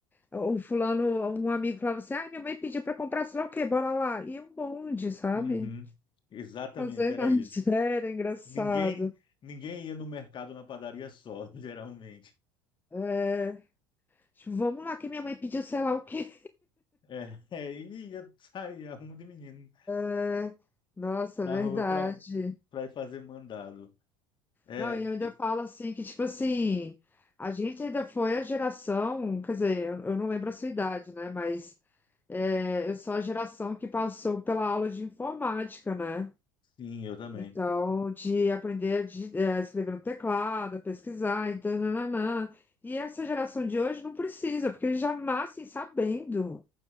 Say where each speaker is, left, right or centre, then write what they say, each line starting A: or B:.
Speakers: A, on the left; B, on the left.
A: O fulano, um amigo falava assim, ah, minha mãe pediu pra comprar, sei lá o quê, bora lá. E um bonde, sabe?
B: uhum, exatamente,
A: Fazer
B: era
A: nada.
B: isso.
A: <laughs> Era engraçado.
B: Ninguém, ninguém ia no mercado na padaria só, <laughs> geralmente.
A: É, tipo, vamos lá, que minha mãe pediu sei lá o quê.
B: É, é, e ia sair arruma de menino
A: É, Nossa,
B: na
A: é verdade.
B: rua para para ir fazer mandado. É,
A: Não, e eu ainda
B: e-
A: falo assim que, tipo assim, a gente ainda foi a geração, quer dizer, eu, eu não lembro a sua idade, né? Mas é, eu sou a geração que passou pela aula de informática, né?
B: sim, eu também.
A: Então, de aprender a di- é, escrever no teclado, a pesquisar, então, nananã. E essa geração de hoje não precisa, porque eles já nascem sabendo